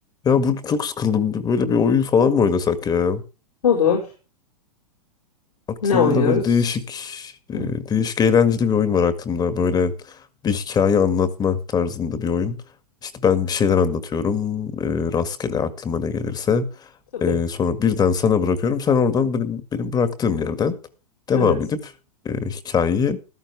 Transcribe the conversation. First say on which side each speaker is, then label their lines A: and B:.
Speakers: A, on the left; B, on the left.
A: Ya burada çok sıkıldım. Bir- Böyle bir oyun falan mı oynasak ya?
B: Olur.
A: Aklımda
B: Ne oynuyoruz?
A: böyle değişik, e,
B: Hı,
A: değişik eğlenceli bir oyun var aklımda. Böyle bir hikaye anlatma tarzında bir oyun. İşte ben bir şeyler anlatıyorum. e, rastgele aklıma ne gelirse.
B: tabii.
A: E, sonra birden sana bırakıyorum. Sen oradan benim, benim bıraktığım yerden devam
B: Evet.
A: edip e, hikayeyi